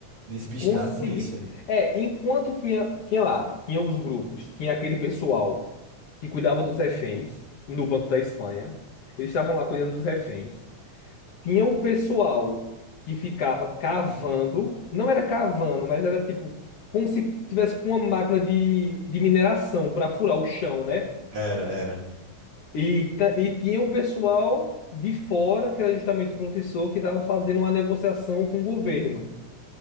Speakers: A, on the right (about 60°); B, on the left (about 60°).
A: Despistar
B: Consegui.
A: a polícia.
B: É, enquanto tinha, tinha lá, tinha os grupos, tinha aquele pessoal que cuidava dos reféns no Banco da Espanha. Eles estavam lá cuidando dos reféns. Tinha o pessoal que ficava cavando, não era cavando, mas era tipo como se tivesse com uma máquina de, de mineração para furar o chão, né?
A: Era, era.
B: E, ta- e tinha o pessoal de fora, que era justamente o professor que estava fazendo uma negociação com o governo.